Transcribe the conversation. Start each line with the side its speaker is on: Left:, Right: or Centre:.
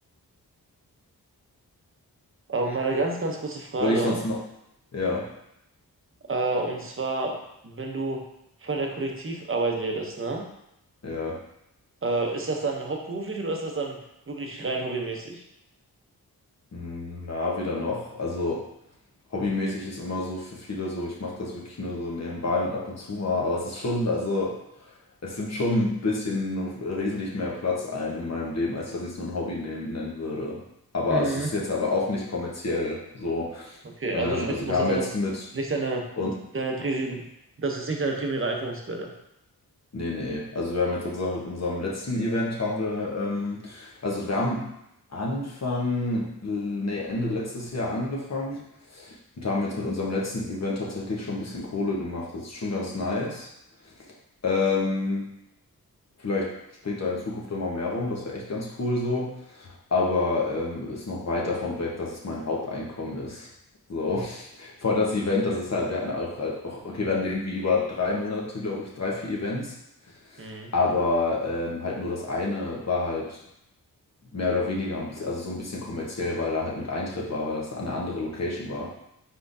Right: Aber mal eine ganz, ganz kurze Frage.
Left: würde ich sonst noch, ja,
Right: Äh, und zwar, wenn du von der Kollektivarbeit redest, ne?
Left: ja,
Right: Äh, ist das dann hauptberuflich oder ist das dann wirklich rein hobbymäßig?
Left: Hm, ja, wieder noch, also. Hobbymäßig ist immer so für viele so, ich mache das wirklich nur so nebenbei und ab und zu mal, aber es ist schon, also es nimmt schon ein bisschen wesentlich mehr Platz ein in meinem Leben, als dass ich es nur ein Hobby nehmen, nennen würde. Aber
Right: Mhm.
Left: es ist jetzt aber auch nicht kommerziell so.
Right: Okay,
Left: Ähm,
Right: also sprich,
Left: also
Right: du machst
Left: wir haben
Right: jetzt damit
Left: jetzt mit,
Right: nicht deine,
Left: und
Right: deine, Pri- das ist nicht deine primäre Einkommensquelle.
Left: Nee, nee. Also wir haben jetzt unser, mit unserem letzten Event haben wir, ähm, also wir haben Anfang, nee, Ende letztes Jahr angefangen und haben jetzt mit unserem letzten Event tatsächlich schon ein bisschen Kohle gemacht. Das ist schon ganz nice. Ähm, vielleicht springt da in Zukunft immer mehr rum, das wäre echt ganz cool so. Aber ähm, ist noch weit davon weg, dass es mein Haupteinkommen ist. So, <laughs> vor allem das Event, das ist halt, wir hatten auch halt auch, okay, wir hatten irgendwie über drei Monate, glaube ich, drei, vier Events.
Right: Mhm.
Left: Aber ähm, halt nur das eine war halt mehr oder weniger ein bisschen, also so ein bisschen kommerziell, weil da halt mit Eintritt war, weil das eine andere Location war.